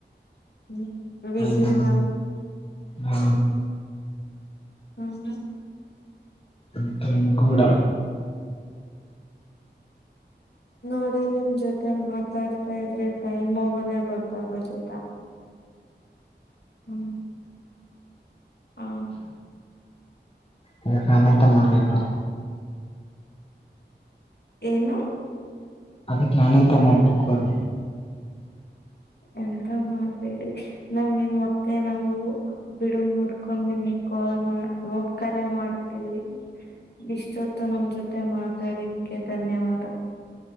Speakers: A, on the left (about 65°); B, on the left (about 30°).
A: ಹ್ಮ್ ವಿಭಿನ್ನ
B: ಅಲ್ಲ ಹಾ
A: ಹ್ಮ ಹ್ಮ್
B: ಮತ್ತು ನಿಗೂಢ
A: ನೋಡಿ ನಿಮ್ ಜೊತೆ ಮಾತಾಡ್ತಾ ಇದ್ರೆ ಟೈಮ್ ಹೋಗೋದೆ ಗೊತ್ತಾಗೋದಿಲ್ಲ. ಹ್ಮ್ ಹಾ
B: ಅದಕ್ಕ ಏನ್ ಎಂತ ಮಾಡ್ಬೇಕು.
A: ಏನು
B: ಅದಕ್ ನಾನ ಅಂತ ಮಾಡ್ಬೇಕು ಅವ್
A: ಎಂತ ಮಾಡ್ಬೇಡಿ ನಮ್ಗೆ ಮತ್ತೆ ನಾವು ಬಿಡು ಮಾಡ್ಕೊಂಡು ನಿಮಗ್ ಕಾಲ್ ಮಾಡ್ ಕರೆ ಮಾಡತೀವಿ. ಇಷ್ಟೊತ್ತು ನಮ್ಮ್ ಜೊತೆ ಮಾತಾಡಿದಕ್ಕೆ ಧನ್ಯವಾದ.